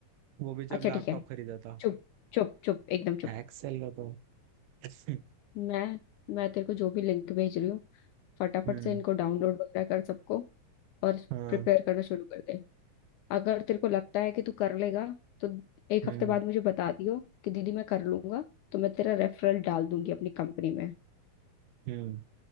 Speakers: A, on the right; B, on the left.
A: वो भी जब
B: अच्छा
A: लैपटॉप
B: ठीक है
A: खरीदा था
B: चुप चुप चुप एकदम चुप
A: एक्सेल का तो <laughs>
B: मैं मैं तेरे को जो भी लिंक भेज रही हूँ फटाफट
A: हम्म
B: से इनको डाउनलोड वगैरह कर सबको और
A: हाँ
B: प्रिपेयर करना शुरू कर दे अगर तेरे को लगता है कि तू कर लेगा तो एक
A: हम्म
B: हफ्ते बाद मुझे बता दियो कि दीदी मैं कर लूंगा तो मैं तेरा रेफरल डाल दूंगी अपनी कंपनी में
A: हम्म